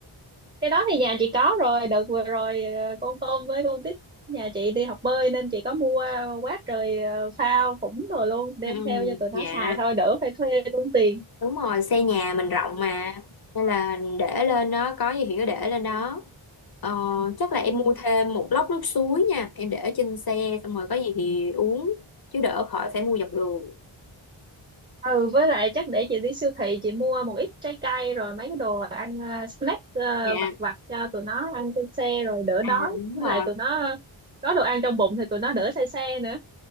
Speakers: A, on the right; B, on the left.
A: cái đó thì nhà chị có rồi đợt vừa rồi ờ, con tôm với con tít nhà chị đi học bơi nên chị có mua quá trời ờ, phao phủng rồi luôn đem
B: Ừ,
A: theo cho tụi nó
B: dạ
A: xài thôi đỡ phải thuê tốn tiền
B: đúng rồi xe nhà mình rộng mà nên là để lên đó có gì thì cứ để lên đó ờ, chắc là em
A: ừ.
B: mua thêm một lốc nước suối nha em để ở trên xe xong rồi có gì thì uống chứ đỡ khỏi phải mua dọc đường
A: ừ với lại chắc để chị đi siêu thị chị mua một ít trái cây rồi mấy cái đồ ăn ờ, snack ờ,
B: dạ
A: vặt vặt cho tụi nó ăn trên xe rồi đỡ
B: à
A: đói
B: đúng
A: với
B: rồi
A: lại tụi nó có đồ ăn trong bụng thì tụi nó đỡ say xe nữa